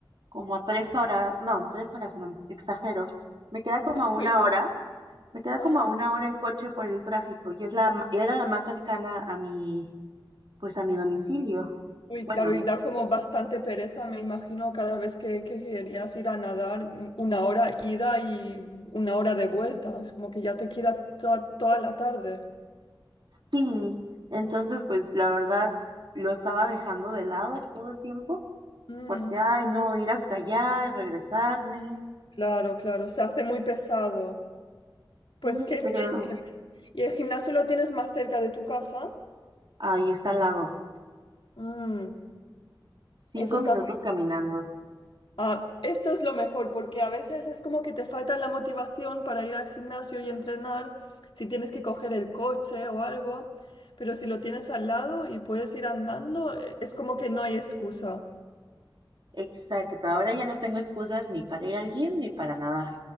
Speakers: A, on the right (about 65°); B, on the left (about 75°).
A: como a tres horas, no, tres horas no, exagero, me queda como a una
B: Uy,
A: hora Me queda
B: ajá.
A: como a una hora en coche por el tráfico y es la, m- era la más cercana a mi, pues a mi domicilio.
B: Uy,
A: Bueno,
B: claro, y
A: y
B: da como bastante pereza, me imagino, cada vez que, que querías ir a nadar, mm, una hora ida y una hora de vuelta. Es como que ya te queda toda, toda la tarde.
A: sí, entonces pues la verdad lo estaba dejando de lado todo el tiempo
B: Mm,
A: porque, ay, no, ir hasta allá y regresarme,
B: Claro, claro, se hace muy pesado. Pues
A: sí,
B: qué
A: pero
B: bien, qué bien. ¿Y el gimnasio lo tienes más cerca de tu casa?
A: ahí está al lado,
B: Mm,
A: cinco
B: Eso está
A: minutos caminando.
B: Ah, esto es lo mejor porque a veces es como que te falta la motivación para ir al gimnasio y entrenar, si tienes que coger el coche o algo, pero si lo tienes al lado y puedes ir andando, eh, es como que no hay excusa.
A: Exacto, ahora ya no tengo excusas ni para ir al gym ni para nadar.